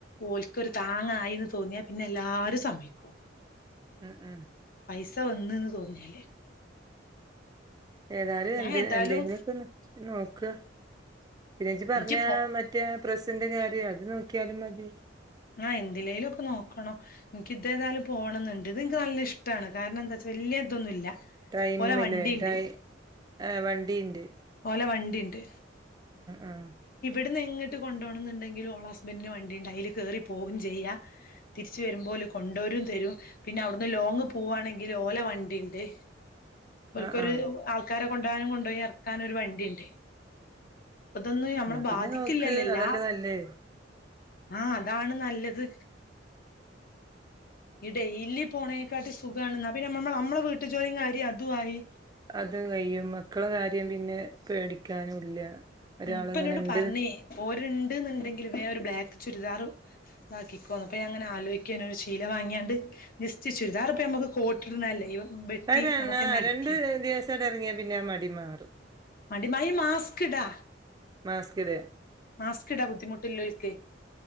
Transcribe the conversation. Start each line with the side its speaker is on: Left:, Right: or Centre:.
Left: ഓൽക്കൊരു താങ്ങായിന്ന് തോന്നിയാ പിന്നെ എല്ലാരും സമ്മയിക്കും.
Right: ഉം ഉം
Left: പൈസ വന്ന്ന്ന് തോന്നിയാല്.
Right: ഏതാല്
Left: ഞാൻ
Right: എന്ത്
Left: ഏതായാലും
Right: എന്തെങ്കിലൊക്കെന്ന് നോക്ക്. പിന്നേച്ചി പറഞ്ഞ
Left: എനിക്ക് പോ
Right: മറ്റേ പ്രസിന്റെ കാര്യ അത് നോക്കിയാലും മതി.
Left: ആ എന്തിലേലുക്കെ നോക്കണം എനിക്കിതേതാലും പോണന്നുണ്ട് ഇതെൻക്ക് നല്ല ഇഷ്ടാണ് കാരണന്താച്ച വല്ല്യ ഇതൊന്നുല്ല.
Right: ടൈമ്മ്ലേ
Left: ഓലെ വണ്ടിണ്ട്
Right: ടൈ ആ വണ്ടീണ്ട്.
Left: ല്ല വണ്ടിണ്ട്.
Right: ആഹ്
Left: അവിട്ന്നിങ്ങട്ട് കൊണ്ടോണന്ന്ണ്ടെങ്കിൽ ഓളസ്ബന്റിന് വണ്ടിണ്ട് അയില് കേറി പോകും ചെയ്യാം. തിരിച്ച് വെരുമ്പോല് കൊണ്ടോരും തെരും പിന്നവിടുന്ന് ലോങ്ങ് പോവാണെങ്കില് ഓല വണ്ടിണ്ടേ. ഓൾക്കൊര്
Right: ആഹ് ആഹ്
Left: ആൾക്കാരെ കൊണ്ടാനും കൊണ്ടോയി എറക്കാനും ഒരു വണ്ടിണ്ട്. പ്പതൊന്നു യമ്മളെ
Right: എന്നാ
Left: ബാധിക്കില്ലല്ലല്ലല്ലാ.
Right: പിന്നെ നോക്ക് അതല്ലേ നല്ലേ
Left: ആ അതാണ് നല്ലത്. ഈ ഡെയ്‌ലി പോണേക്കാട്ടി സുഖമാണ് ന്നാ പിന്നെ നമ്മ നമ്മളെ വീട്ട് ജോലി കാര്യം അതു ആയി.
Right: അത് കയ്യും മക്കട കാര്യം പിന്നെ പേടിക്കാനും ഇല്ല. ഒരാളിങ്ങനെ
Left: ഉം ഇപ്പ എന്നോട്
Right: ഇണ്ട്
Left: പറഞ്ഞേ ഓര് ഇണ്ട് ഉണ്ടെങ്കില് വേറൊരു ബ്ലാക്ക് ചുരിദാർ ഇതാക്കിക്കോന്ന് അപ്പ അങ്ങനെ ആലോയിക്കാണ് ഒരു ശീല വാങ്ങാണ്ട് ജെസറ്റ് ചുരിദാറിപ്പം നമുക്ക് കോട്ടിടുന്നല്ലേ ഇവ വെട്ടി
Right: വരാണ്
Left: നമുക്കന്നെ
Right: ആ
Left: അടിക്ക
Right: രണ്ട് ദിവസക്കെ ഇറങ്ങിയാ പിന്നെ ആ മടി മാറും.
Left: മടി മായി മാസ്ക് ഇടാ
Right: മാസ്ക് ഇട
Left: മാസ്ക് ഇടാ ബുദ്ധിമുട്ടില്ല. ക്കേ